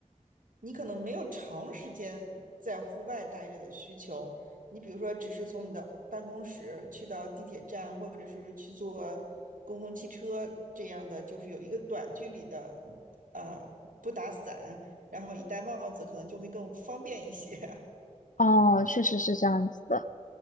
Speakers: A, on the right; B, on the left.
A: 你可能没有长时间在户外待着的需求，你比如说只是从你的办公室去到地铁站，或者是去坐公共汽车这样的，就是有一个短距离的，呃，不打伞，然后一戴帽子，可能就会更方便一些。<laughs>
B: 哦，确实是这样子的。